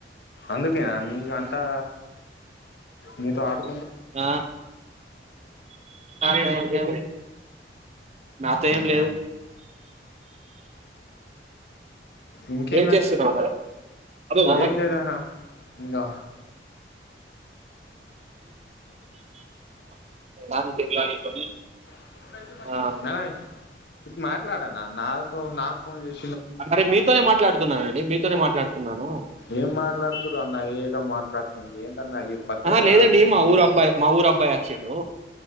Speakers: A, on the left; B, on the right.
A: అందుకేనా నీకు అంతా నీతో ఆడు
B: ఆ ఏంది నాతో
A: అవునా
B: ఏం లేదు
A: ఇంకేందనా
B: ఏం చేస్తున్నావు మరి
A: ఏం లేదన్న ఇంకా
B: <unintelligible>
A: <unintelligible>
B: ఆ
A: ట్లాడన్నా నాతో నాకు ఫోన్ జేసీ
B: మరీ మీతోనే మాట్లాడుతున్నానండి మీతోనే మాట్లాడుతున్నాను
A: ఏం మాట్లాడుతురు అన్న ఏదో మాట్లాడుతుంది ఏంటన్నా ఈ పద్ధతి
B: ఆహా లేదండి
A: అన్న
B: మా ఊరు అబ్బాయి మా ఊరు అబ్బాయి వచ్చిండు